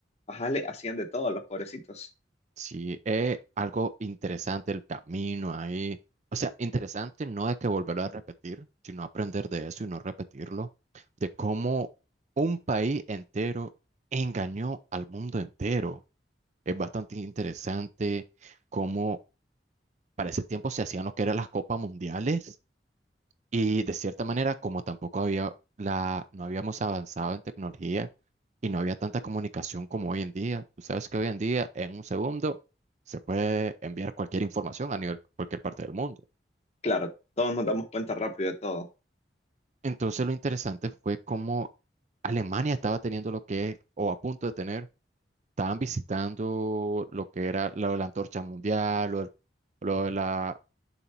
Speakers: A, on the left (about 35°); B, on the right (about 40°).
A: ajá, le hacían de todo a los pobrecitos.
B: Sí, es algo interesante el camino ahí. O sea, interesante no es que volverlo a repetir, sino aprender de eso y no repetirlo, de cómo un país entero engañó al mundo entero. Es bastante interesante cómo para ese tiempo se hacían lo que eran las copas mundiales y de cierta manera, como tampoco había la, no habíamos avanzado en tecnología y no había tanta comunicación como hoy en día. Tú sabes que hoy en día, en un segundo, se puede enviar cualquier información a nivel cualquier parte del mundo.
A: Claro, todos nos damos cuenta rápido de todo.
B: Entonces, lo interesante fue cómo Alemania estaba teniendo lo que es, o a punto de tener, estaban visitando lo que era lo de la antorcha mundial, lo, del- lo de la